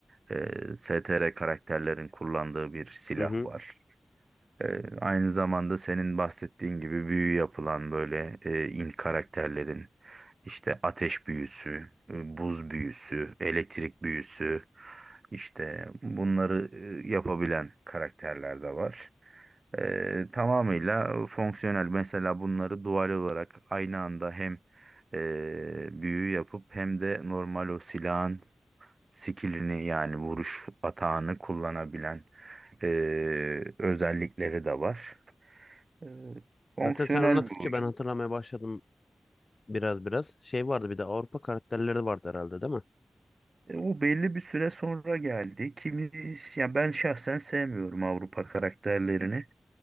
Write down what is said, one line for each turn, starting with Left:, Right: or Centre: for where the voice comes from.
Right: e, STR karakterlerin kullandığı bir silah
Left: Hı hı.
Right: var. Ee, aynı zamanda senin bahsettiğin gibi büyü yapılan böyle e, in karakterlerin işte ateş büyüsü, e, buz büyüsü, elektrik büyüsü işte bunları e, yapabilen karakterler de var. Ee, tamamıyla fonksiyonel mesela bunları dual olarak aynı anda hem e, büyü yapıp hem de normal o silahın skillini yani vuruş atağını kullanabilen e, özellikleri de var. E, fonksiyonel
Left: Zaten sen anlattıkça
Right: bir oyun.
Left: ben hatırlamaya başladım Biraz biraz. Şey vardı bir de Avrupa karakterleri vardı herhalde değil mi?
Right: E, o belli bir süre sonra geldi. Kimi, ya ben şahsen sevmiyorum Avrupa karakterlerini.